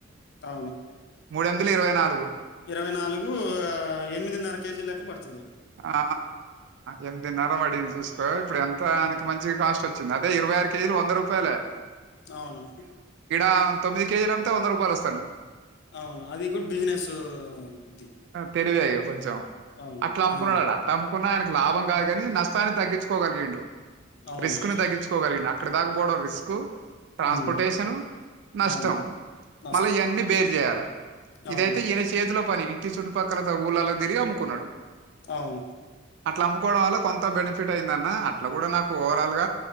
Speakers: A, on the left; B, on the right.
A: అవును
B: మూడ్ ఎందుల్ ఇరవై నాలుగు
A: ఇరవై నాలుగూ ఆ ఎనిమిదిన్నర కేజీలెక్క పడుతది.
B: ఆ.... ఎమిదిన్నర ప చూస్కో ఇప్పుడు ఎంత ఆయనకి
A: హ్మ్.
B: మంచిగ కాస్ట్ వచ్చింది అదే ఇరవై ఆరు కేజీలు వంద రూపాయలే
A: అవును.
B: ఆ తొమ్మిద్ కేజీల్ లమ్మితే వంద రూపాయలు వస్తన
A: అవును. అది కూడా బిజినెసు ఇది.
B: తెలివేయ కొంచం
A: అవును.
B: అట్లా అమ్ముకున్నాడా
A: ఆ!
B: అట్ట అమ్ముకున్న ఆయనకు లాభం కాదుగని నష్ ష్టాన్ని తగ్గిచ్కోగలిగిండు
A: అవును.
B: రిస్క్ని తగ్గించుకోగలిగిండ్ అక్కడిదాక పోవడం రిస్కు ట్రాన్స్పోర్టేషను
A: హ్మ్.
B: నష్టం
A: అవును. నష్టం.
B: మళ్ళీ ఇయన్నీ బేర్ చేయాలె
A: అవును.
B: ఇదైతే ఈయన చేతిలో పని ఇట్టి చుట్టుపక్కల ఊర్లల్ల తిరిగి అమ్ముకున్నడు.
A: అవును.
B: అట్ల అమ్ముకోవడం వల్ల కొంత బెనిఫిట్ అయిందన్న అట్ల కూడా నాకు ఓవరాల్గ